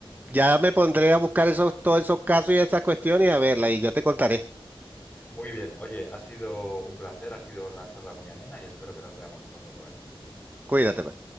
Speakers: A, on the right (about 20°); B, on the left (about 15°).
A: Ya me pondré a buscar esos, todos esos casos y esas cuestiones y a verla y ya te contaré.
B: Muy bien, oye, ha sido un placer, ha sido una charla muy amena y espero que nos veamos pronto por aquí.
A: Cuídate. pues.